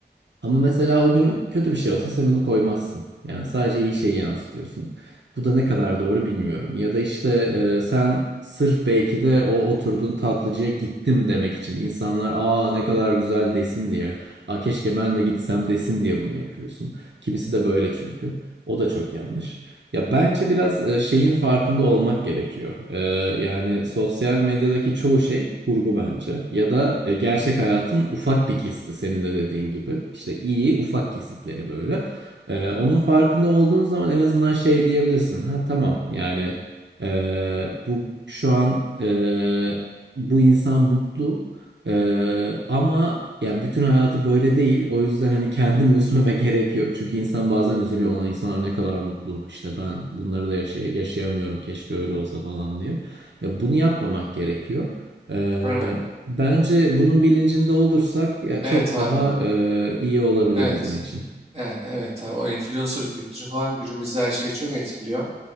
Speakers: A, on the right; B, on the right.
A: Ama mesela o gün kötü bir şey olsa sen onu koymazsın. Yani sadece iyi şeyi yansıtıyorsun. Bu da ne kadar doğru bilmiyorum. Ya da işte e, sen sırf belki de o oturduğun tatlıcıya gittim demek için insanlar aa ne kadar güzel desin diye, aa keşke ben de gitsem desin diye bunu yapıyorsun. Kimisi de böyle çünkü. O da çok yanlış. Ya bence biraz e, şeyin farkında olmak gerekiyor. E, yani sosyal medyadaki çoğu şey kurgu bence. Ya da e, gerçek hayatın ufak bir kesiti senin de dediğin gibi. İşte iyi ufak kesitleri böyle. E, onun farkında olduğun zaman en azından şey diyebilirsin. Ha tamam yani e, bu şu an e, bu insan mutlu. Ee, ama ya bütün hayatı böyle değil. O yüzden hani kendimi <laughs> üzmeme gerek yok. Çünkü insan bazen üzülüyor. Olan insanlar ne kadar mutlu. İşte ben bunları da yaşay- yaşayamıyorum. Keşke öyle olsa falan diye. Ya bunu yapmamak gerekiyor. Ee,
B: Aynen.
A: bence bunun bilincinde olursak ya
B: Evet
A: çok
B: abi.
A: daha e, iyi olabilir
B: Evet.
A: bizim için.
B: Yani evet abi o influencer kültürü falan günümüzde her şeyi çok etkiliyor.